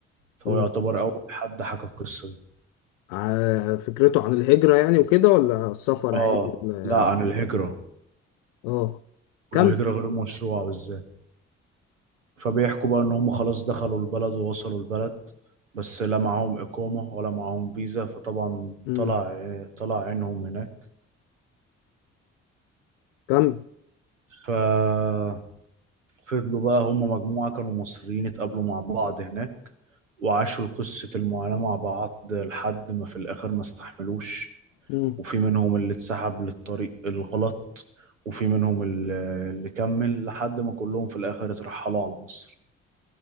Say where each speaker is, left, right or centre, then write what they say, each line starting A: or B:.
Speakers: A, on the right (about 85°); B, on the left (about 60°).
A: فهو
B: مم.
A: يعتبر أول حد حكى القصة دي
B: ع- فكرته عن الهجرة يعني وكده ولا السفر
A: آه
B: عادي ولا
A: لا عن الهجرة
B: اه كم
A: والهجرة غير مشروعة بالذات فبيحكوا بقى إن هم خلاص دخلوا البلد ووصلوا البلد بس لا معاهم إقامة ولا معاهم فيزا فطبعا
B: مم.
A: طلع طلع عينهم هناك
B: كم
A: ففضلوا بقى هم مجموعة كانوا مصريين اتقابلوا مع بعض هناك وعاشوا قصة المعاناة مع بعض لحد ما في الآخر ما استحملوش
B: مم.
A: وفي منهم اللي اتسحب للطريق الغلط وفي منهم اللي اللي كمل لحد ما كلهم في الآخر اترحلوا على مصر